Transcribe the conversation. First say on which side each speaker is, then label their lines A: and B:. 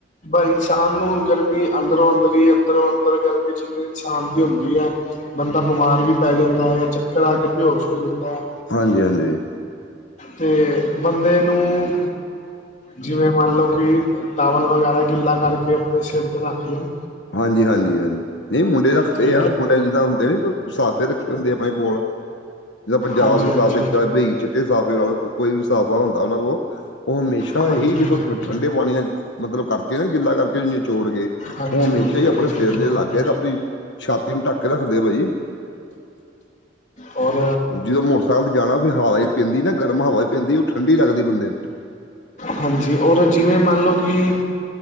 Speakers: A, on the left (about 40°); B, on the left (about 70°).
A: ਇਨਸਾਨ ਨੂੰ ਗਰਮੀ ਅੰਦਰੋਂ ਅੰਦਰ ਹੀ ਅੰਦਰੋਂ ਅੰਦਰ ਗਰਮੀ ਜਿੰਨੀ ਇਨਸਾਨ ਦੀ ਹੁੰਦੀ ਆ। ਬੰਦਾ ਬਿਮਾਰ ਵੀ ਪੈ ਜਾਂਦਾ ਜਾਂ ਚੱਕਰ ਆ ਕੇ ਬੇਹਸ਼ ਹੋ ਜਾਂਦਾ।
B: ਹਾਂਜੀ- ਹਾਂਜੀ
A: ਤੇ ਬੰਦੇ ਨੂੰ ਜਿਵੇਂ ਮੰਨ ਲਓ ਕਿ ਟਾਵਲ ਵਗੈਰਾ ਗਿੱਲਾ ਕਰਕੇ ਆਪਣੇ ਸਿਰ ਤੇ ਰੱਖ ਲਏ।
B: ਹਾਂਜੀ -ਹਾਂਜੀ -ਹਾਂਜੀ ਨਹੀਂ ਮੁੰਡੇ ਰੱਖਦੇ
A: ਤੇ
B: ਆ ਮੁੰਡੇ ਜਿੱਦਾਂ ਹੁੰਦੇ ਨੇ ਸਾਫ਼ੇ ਰੱਖੇ ਹੁੰਦੇ ਆਪਣੇ ਕੋਲ ਜਿੱਦ ਪੰਜਾਬ
A: ਹਾਂਜੀ
B: ਦੇ
A: ਹਾਂਜੀ
B: ਸਾਫ਼ੇ ਬਰੀਕ ਛਿੱਟੇ ਸਾਫੇ ਨਾਲ ਕੋਈ ਵੀ ਸਾਫ਼ਾ ਹੁੰਦਾ ਉਹਨਾਂ ਕੋਲ ਉਹ ਹਮੇਸ਼ਾ
A: ਹਾਂਜੀ
B: ਹੀ
A: ਹਾਂਜੀ
B: ਜਦੋਂ
A: ਹਾਂਜੀ
B: ਠੰਡੇ ਪਾਣੀ ਨਾਲ ਮਤਲਬ ਕਰਕੇ ਨਾ ਗਿੱਲਾ ਕਰਕੇ ਨਿਚੋੜ ਕੇ
A: ਹਾਂਜੀ
B: ਉਹ ਹਮੇਸ਼ਾ
A: ਹਾਂਜੀ
B: ਹੀ ਆਪਣੇ
A: ਹਾਂਜੀ
B: ਸਿਰ
A: ਬਿਲਕੁਲ
B: ਦੇ ਲਾਗੇ ਤੇ ਆਪਣੀ ਛਾਤੀ ਨੂੰ ਢੱਕ ਕੇ ਰੱਖਦੇ ਬਈ।
A: ਔਰ
B: ਜਦੋਂ ਮੋਟਰਸਾਈਕਲ ਜਾਣਾ ਫਿਰ ਹਵਾ ਪੈਂਦੀ ਨਾ ਗਰਮ ਹਵਾ ਪੈਂਦੀ ਉਹ ਠੰਡੀ ਲੱਗਦੀ ਬੰਦੇ ਨੂੰ
A: ਹਾਂਜੀ ਔਰ ਜਿਵੇਂ ਮੰਨ ਲਓ ਕਿ